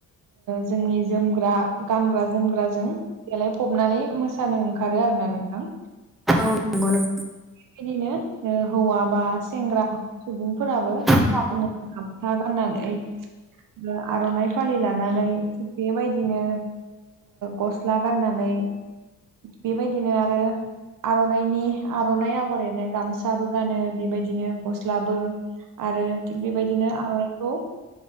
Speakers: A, on the right; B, in the centre.
A: जोंनि जोमग्रा गानग्रा जोमग्राजों देलायफबनानै मोसानो ओंखारो आरोना नोंथां
B: औ नंगौ नों
A: बेबादिनो हौवा बा सेंग्रा सुबुंफोराबो
B: नोंथां
A: जोंना गामसा गाननानै ओ आर'नाइ फालि लानानै बेबायदिनो गस्ला गाननानै बेबायदिनो आरो आर'नाइनि आर'नाइ आगर एरनाय गामसाबो गानो बेबायदिनो गस्लाबो आरो थिग बेबायदिनो आर'नायखौ